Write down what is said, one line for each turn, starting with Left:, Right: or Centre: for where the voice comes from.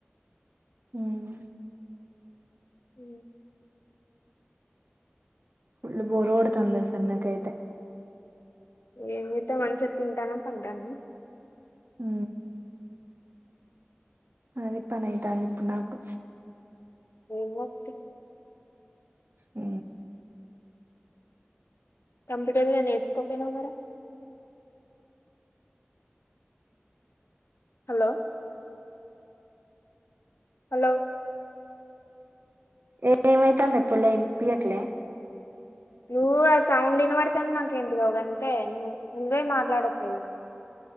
Right: ఉమ్
Left: అ
Right: ఫళ్ళు బోరువోడ తొంద స అన్నక అైతే
Left: ఏం చెతే మంచి తింటానో పంటాను
Right: అ అదే ప నై తా అందిప్పు నాకు
Left: ఇమతి
Right: ఉ
Left: కంప్యూటర్ గా నేర్చుకోపోయినా మరా హలో హలో
Right: ఏ ఏమైతుంది ఎప్పుడుళని పయట్లే
Left: నువ్వు ఆ సౌండ్ వినబడి కాని నాకు ఎందుకు అంతే నువ్వు నువ్వే మాట్లాడట్లేవు